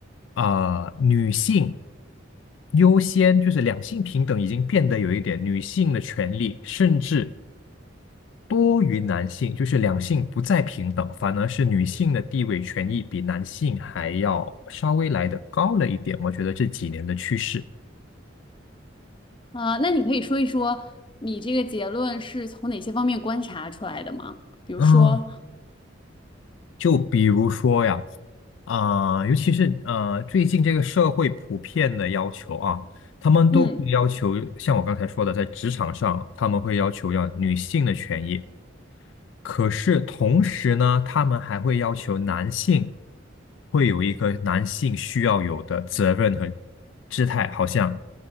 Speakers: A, on the left; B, on the left.
A: 啊、呃女性优先，就是两性平等已经变得有一点女性的权利，甚至多于男性，就是两性不再平等，反而是女性的地位权益比男性还要稍微来的高了一点。我觉得这几年的趋势，
B: 啊、那你可以说一说你这个结论是从哪些方面观察出来的吗？比如说，
A: 嗯，就比如说呀。啊、呃尤其是呃，最近这个社会普遍的要求啊，他们都会要求，
B: 嗯，
A: 像我刚才说的，在职场上，他们会要求要女性的权益，可是同时呢，他们还会要求男性会有一个男性需要有的责任和姿态，好像